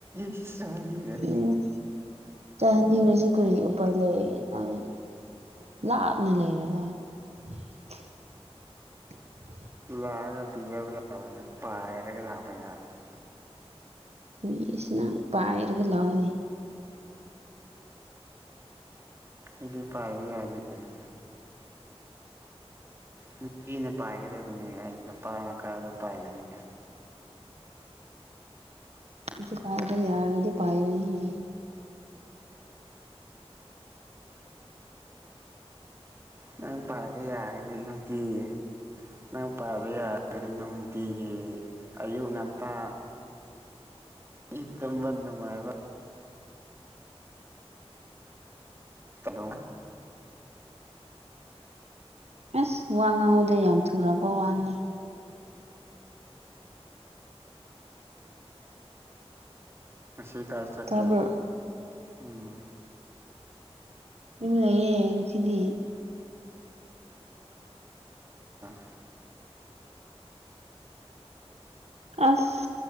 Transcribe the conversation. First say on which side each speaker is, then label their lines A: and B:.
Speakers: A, on the right; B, on the right.
A: ꯁꯣꯔꯤꯗ
B: ꯎꯝ ꯆꯍꯅꯤ ꯍꯧꯖꯤ ꯀ ꯂꯩ ꯅꯪ ꯂꯥꯞꯅ ꯂꯩꯔꯒ <unintelligible>
A: ꯌꯥꯒ ꯄꯤꯖꯕ ꯌꯥꯅ ꯄꯥꯥꯏꯔꯒ ꯂꯥꯄꯌꯥꯕꯅ
B: ꯃꯤꯁꯤꯅꯪ ꯄꯥꯏꯔꯒ ꯂꯥꯛꯎꯅꯤ
A: ꯏꯗꯤ ꯄꯥꯏꯕ ꯌꯥꯒꯦꯅꯦ ꯅꯨꯄꯤꯅ ꯄꯥꯏꯒꯗꯕꯅꯤ ꯅꯨꯄꯥꯅ ꯀꯥꯗ ꯄꯥꯏꯕꯅꯦ
B: ꯎ ꯁꯤ ꯄꯥꯏꯕ ꯌꯥꯔꯗꯤ ꯄꯥꯏꯔꯅꯤ
A: ꯅꯪ ꯄꯥꯏꯕ ꯌꯥꯒꯅꯤ ꯅꯨꯡꯇ ꯅꯪ ꯄꯥꯏꯕ ꯌꯥꯒꯗꯤ ꯅꯨꯡꯇꯤꯒꯤ ꯑꯌꯨꯛ ꯉꯟꯇꯥ ꯏꯇꯝ ꯅꯅꯨꯡꯕ ꯇꯗꯣ
B: ꯑꯁ ꯋꯥ ꯉꯥꯡꯉꯨꯗ ꯌꯥꯝ ꯊꯔꯕ ꯋꯥꯗ
A: ꯉꯁꯤ ꯀꯥꯏ ꯆꯠꯀꯦ
B: ꯇꯥꯕ꯭ꯔꯣ
A: ꯎꯝ
B: ꯏꯝꯂ ꯌꯦꯁꯤꯗꯤ
A: ꯑꯥ
B: ꯑꯁ